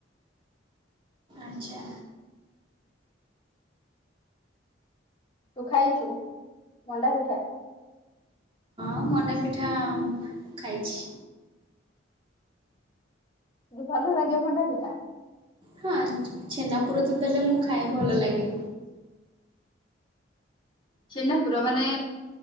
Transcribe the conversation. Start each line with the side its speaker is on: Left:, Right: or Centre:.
Right: ଆଛା।
Left: ତୁ ଖାଇଛୁ ମଣ୍ଡା ପିଠା?
Right: ଆଉ ମଣ୍ଡାପିଠା ଖାଇଛି।
Left: ଯି ଭଲ ଲାଗେ ମଣ୍ଡା ପିଠା?
Right: ହଁ ଚ୍ଛେନା ପୁର ତ ଦେଲେ ମୁଁ ଖାଏ ଭଲ ଲାଗେ।
Left: ଚ୍ଛେନା ପୁର ମାନେ